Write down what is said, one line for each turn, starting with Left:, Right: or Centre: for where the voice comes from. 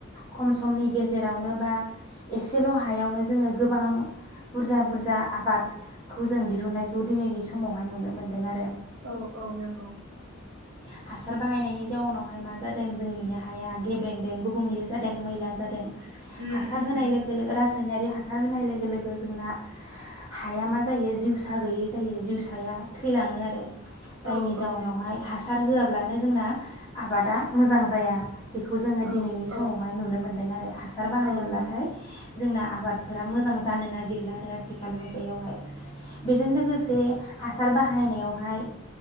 Left: खम समनि गेजेरावनो बा एसेल' हायावनो जोङो गोबां बुरजा बुरजा आबादखौ जों दिरुननायखौ दिनैनि समावहाय नुनो मोन्दोंआरो।
Right: औ औ नोंगौ
Left: हासार बाहायनायनि जाउनावहाय मा जादों जोंनि हाया गेब्रेंदों गुबुंले जादों मैला जादों।
Right: उम
Left: हासार
Right: उम
Left: होनाय
Right: उम
Left: लोगो लोगो रासायनायारि हासार होनाय लोगो लोगो जोंना हाया मा जायो जिउसा गैयै जायो जिउसाया थैलाङो आरो। जायनि
Right: औ
Left: जाउनावहाय
Right: औ नंगौ
Left: हासार होआब्ला नो जोंना आबादा मोजां जाया। बेखौ जोङो
Right: औ
Left: दिनैनि समावहाय
Right: औ
Left: नुनो मोनदोंआरो हासार बाहायाब्लाथाय
Right: औ नंगौ
Left: जोंना आबादफोरा मोजां जानो नागिर लाआरो आथिखाल मुगायावहाय बेजों लोगोसे हासार बाहायनायावहाय